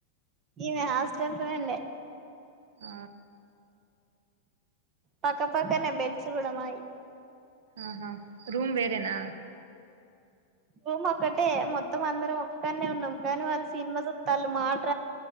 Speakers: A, on the right; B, on the right.
A: ఇమె హాస్టల్ ఫ్రెండే
B: ఆ
A: పక్కపక్కనే బెడ్స్ కూడా మాయి
B: ఆహా రూమ్ వేరేనా
A: రూమ్ ఒక్కటే, మొత్తం అందరం ఒక్కనే ఉన్నాం కానీ వాళ్ళు సినిమా చుత్తళ్ళు, మాట